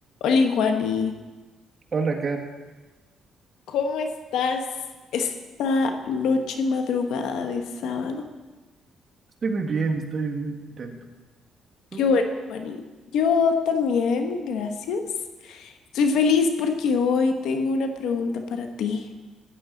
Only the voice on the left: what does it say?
Oli, Juani,
¿cómo estás esta noche madrugada de sábado?
Qué bueno, Juani. Yo también, gracias. Estoy feliz porque hoy tengo una pregunta para ti.